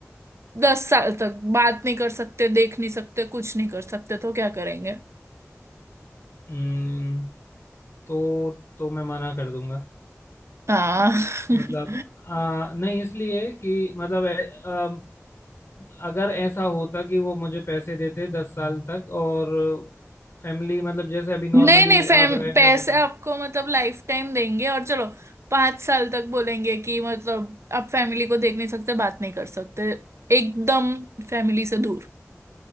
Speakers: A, on the right; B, on the left.
A: दस साल तक बात नहीं कर सकते देख नहीं सकते कुछ नहीं कर सकते तो क्या करेंगे
B: हम्म, तो तो मैं मना कर दूंगा
A: हाँ <laughs>
B: मतलब आ, नहीं इसलिए कि मतलब ए- अम, अगर ऐसा होता कि वो मुझे पैसे देते दस साल तक और फैमिली मतलब जैसे अभी
A: नहीं
B: नॉर्मली
A: नहीं फैम
B: आप रह रहे
A: पैसे
B: हो
A: आपको मतलब लाइफ टाइम देंगे और चलो पांच साल तक बोलेंगे कि मतलब आप फैमिली को देख नहीं सकते बात नहीं कर सकते एकदम फैमिली से दूर